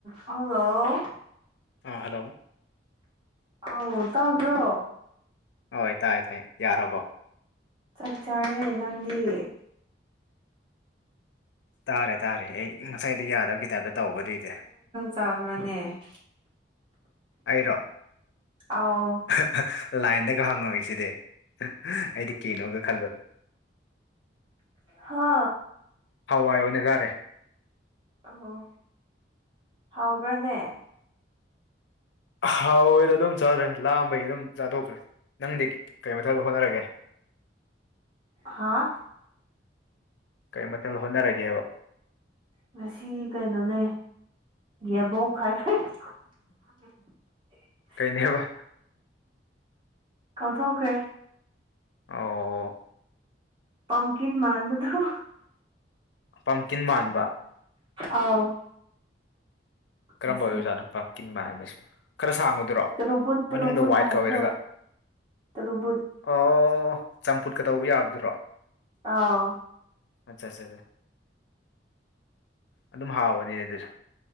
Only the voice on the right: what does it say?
hello
ꯑꯧ ꯇꯥꯕ꯭ꯔꯣ
ꯆꯥꯛ ꯆꯥꯔꯦ ꯅꯪꯗꯤ
ꯇꯥꯕꯅꯦ
ꯑꯥꯎ
ꯍꯥ
ꯑꯣ ꯍꯥꯎꯕ꯭ꯔꯥꯅꯦ?
ꯍꯥꯥ
ꯉꯁꯤ ꯀꯩꯅꯣꯅꯦ ꯌꯦꯕꯣꯛ ꯍꯥꯏ <inaudible>
ꯀꯥꯎꯊꯣꯛꯈ꯭ꯔꯦ
ꯄꯝꯀꯤꯟ ꯃꯥꯟꯕꯗꯣ
ꯑꯥꯎ
ꯌꯁꯤꯂꯣ
ꯇꯨꯔꯨꯕꯨꯠ ꯇꯨꯔꯨꯕꯨꯠ
ꯍꯥꯏꯕꯗꯣ
ꯇꯨꯔꯨꯕꯨꯠ
ꯑꯥ